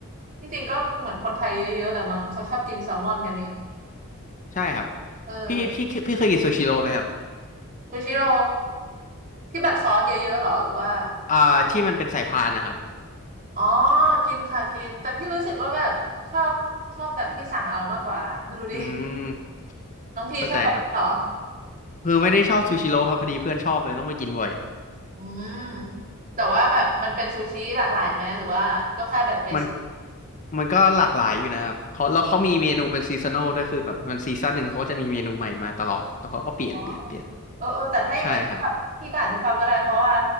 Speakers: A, on the right; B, on the left.
A: ที่จริงก็เหมือนคนไทยเยอะๆแหละมั้งเขาชอบกินแซลมอนกันนี่
B: ใช่ครับ
A: เออ
B: พี่พี่พี่เคยกินซูชิโร่ไหมครับ
A: ซูชิโรที่แบบซอสเยอะๆหรอหรือว่า
B: อ่าที่มันเป็นสายพานนะครับ
A: อ๋อกินค่ะกินแต่พี่รู้สึกว่าแบบชอบชอบแบบที่สั่งเอามากกว่าไม่รู้ดิ
B: อืม
A: น้องพีชอบแบบนั้นเหรอ
B: เข้าใจครับคือไม่ได้ชอบซูชิโร่ครับพอดีเพื่อนชอบเลยต้องไปกินบ่อย
A: อืมแต่ว่าแบบมันเป็นซูชิหลากหลายไหมหรือว่าก็แค่แบบเบสิก
B: มันมันก็หลากหลายอยู่นะครับเขาแล้วเขามีเมนูเป็นซีซัน a ลด้วยคือแบบมันซีซั่นหนึ่งเขาก็จะมีเมนูใหม่มาตลอดแล้วเขาก็เปลี่ยนเปลี่ยนเปลี่ยน
A: อ๋อเออเออแต่ถ้าอย่างนั้นแบบพี่ก็อาจจะชอบก็ได้เพราะว่า
B: ใช่ครับ